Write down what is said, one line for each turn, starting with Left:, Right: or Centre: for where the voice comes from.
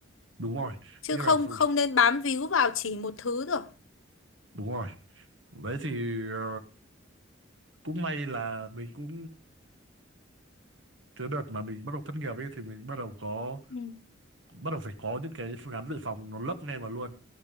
Right: đúng rồi
Left: chứ
Right: như
Left: không
Right: là ph-
Left: không nên bám víu vào chỉ một thứ được
Right: đúng rồi đấy thì ờ, cũng may là mình cũng cái đợt mà mình bắt đầu thất nghiệp ấy thì mình bắt đầu có
Left: ừ.
Right: bắt đầu phải có những cái phương án dự phòng nó lấp ngay vào luôn